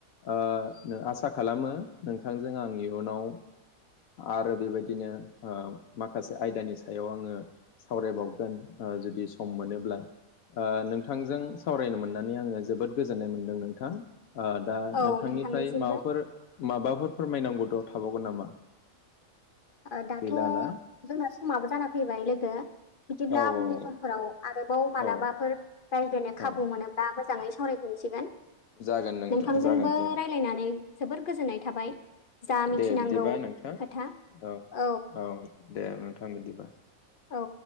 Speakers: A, on the left; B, on the left.
A: आ आसा खालामो नोंथांजों आं इयुनाव आरो बेबायदिनो ओ माखासे आयदानि सायाव आङो सावरायबावगोन ओ जुदि सम मोनोब्ला ओ नों थांजों सावरायनो मोननानै आङो जोबोद गोजोननाय मोनदों नोंथां ओ दा
B: औ
A: नोंथांनिफ्राय
B: नोंथांनिसिमबो
A: माबाफोर माबाफोर फोरमायनांगौ द' थाबावगोन नामा?
B: ओ दाथ'
A: गैला ना?
B: जोंना समाबो जाना फैबाय लोगो, बिदिब्ला
A: औ
B: उननि
A: औ
B: समफोराव आरोबाव मालाबाफोर
A: औ
B: रायज्लायनो खाबु
A: औ
B: मोनोब्ला मोजाङै सावरायफिनसिगोन।
A: जागोन नोंथां
B: नोंथांजोंबो
A: जागोन जागोन।
B: रायलायनानै जोबोर गोजोननाय थाबाय जा मिथिनांगौ
A: दे बिदिबा नोंथां
B: खोथा
A: औ
B: औ
A: औ दे नोंथां बिदिबा
B: औ